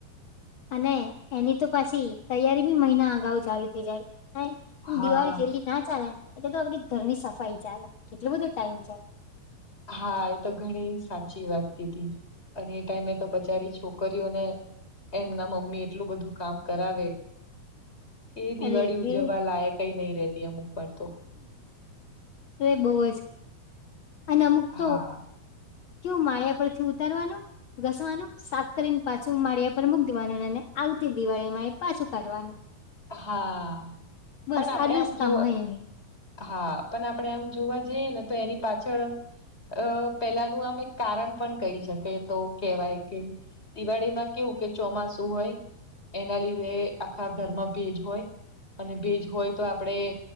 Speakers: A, on the left; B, on the left.
A: અને એની તો પાસી તૈયારી બી મહિના અગાઉ ચાલુ થઈ જાય. અને
B: હા
A: દિવાળી જેટલી ના ચાલે ને એટલે તો આપડી ઘરની સફાઈ ચાલે, કેટલો બધો ટાઈમ જાય!
B: હા એ તો ઘણી સાચી વાત કીધી. અને એ ટાઈમે તો બચારી છોકરીઓને એમના મમ્મી એટલું બધું કામ કરાવે. કે એ દિવાળી
A: અરે રે
B: ઉજવા લાયકય નહી રેતી અમુક વાર તો.
A: અરે બઉ જ અને અમુક તો
B: હા
A: કેવું માળિયા પરથી ઉતારવાનું. ઘસવાનું, સાફ કરીને પાછું માળિયા પર મૂક દેવાનું અને આવતી દિવાળીમાં એ પાછું કાઢવાનું.
B: હા
A: બસ
B: પણ આપડે
A: આટલું
B: આમ
A: જ
B: જોવા
A: કામ હોય એ
B: હા પન આપડે આમ જોવા જઈએ ને તો એની પાછળ અ પેલાનું આમ એક કારણ પણ કહી શકે તો કેહેવાય કે દિવાળીમાં કેવું કે ચોમાસું હોય. એના લીધે આખા ઘરમાં ભેજ હોય અને ભેજ હોય તો આપણેે